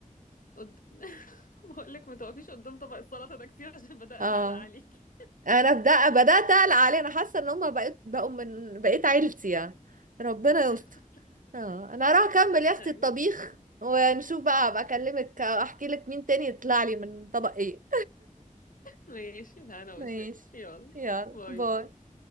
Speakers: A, on the left; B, on the right.
A: قد... <laughs> بقول لك ما تقفيش قدام طبق السلطة ده كتير عشان بدأت
B: اه
A: أقلق عليكي
B: انا بدأ بدأت اقلق عليه انا حاسة ان هما بقيت بقوا من بقيت عيلتي يعني ربنا
A: <laughs>
B: يستر اه انا هروح اكمل يا اختي
A: ايوه
B: الطبيخ ونشوف بقى ابقى اكلمك احكي لك مين تاني يطلع لي من طبق ايه
A: ماشي لا
B: <laughs>
A: انا وشايف
B: ماشي
A: يلا
B: يلا
A: باي
B: باي
A: باي